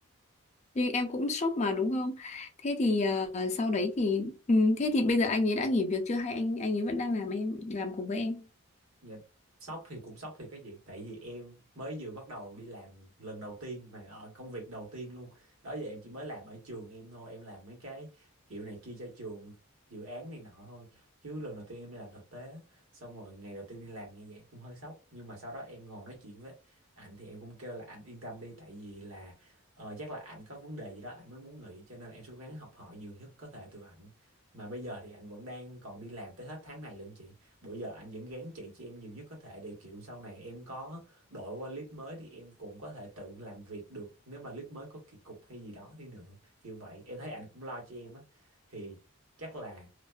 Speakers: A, on the left; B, on the right.
A: Nhưng em cũng sốc mà đúng không? Thế thì ờ, sau đấy thì... Ừ, thế thì bây giờ anh ấy đã nghỉ việc chưa? Hay anh anh ấy vẫn đang làm em làm cùng với em?
B: Dạ, sốc thì cũng sốc thì cái gì tại vì em mới vừa bắt đầu đi làm lần đầu tiên mà ở công việc đầu tiên luôn đó giờ em chỉ mới làm ở trường em thôi em làm mấy cái kiểu này kia cho trường dự án này nọ thôi chứ lần đầu tiên em đi làm thực tế xong rồi ngày đầu tiên đi làm như vậy cũng hơi sốc nhưng mà sau đó em ngồi nói chuyện với anh thì em cũng kêu là anh yên tâm đi tại vì là ờ, chắc là anh có vấn đề gì đó anh mới muốn nghỉ cho nên là em sẽ cố gắng học hỏi nhiều nhất có thể từ anh mà bây giờ thì anh vẫn đang còn đi làm tới hết tháng này lận chị bữa giờ anh vẫn gán chị cho em nhiều nhất có thể để kiểu sau này em có đổi qua lead mới thì em cũng có thể tự làm việc được nếu mà lead mới có kỳ cục hay gì đó đi nữa kiểu vậy em thấy anh cũng lo cho em á thì chắc là